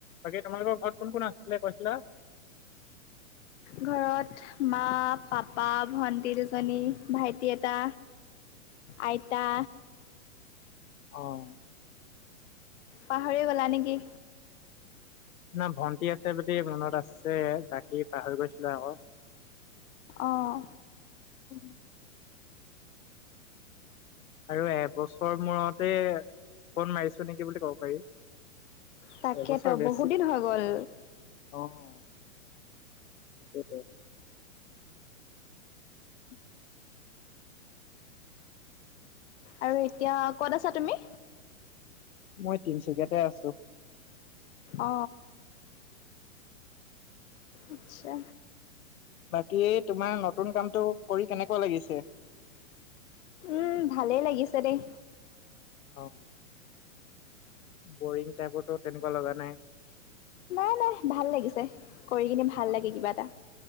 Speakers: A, on the left; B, on the left.
A: বাকী তোমালোকৰ ঘৰত কোন কোন আছিলে কৈছিলা?
B: ঘৰত মা, পাপা, ভণ্টি দুজনী, ভাইটি এটা আইতা
A: আহ।
B: পাহৰিয়ে গলা নেকি?
A: না ভন্টি আছে বুলি মনত আছে বাকী পাহৰি গৈছিলো আকৌ
B: অহ
A: উম! আৰু এবছৰ মূৰতে ফোন মাৰিছো নেকি বুলি কব পাৰি।
B: তাকেতো
A: এবছৰ বেছি,
B: বহুত দিন হৈ গ'ল
A: অ। সেইটোট। <unintelligible>
B: আৰু এতিয়া ক'ত আছা তুমি?
A: মই তিনচুকীয়াতে আছো।
B: অ আত্চ্ছা
A: বাকী তোমাৰ নতুন কামটো কৰি কেনেকুৱা লাগিছে।
B: উম ভালেই লাগিছে দেই।
A: অ বৰিং টাইপো তেনেকুৱা লগা নাই?
B: ন নাই ভাল লাগিছে, কৰি কিনে ভাল
A: অ
B: লাগে কিবা এটা।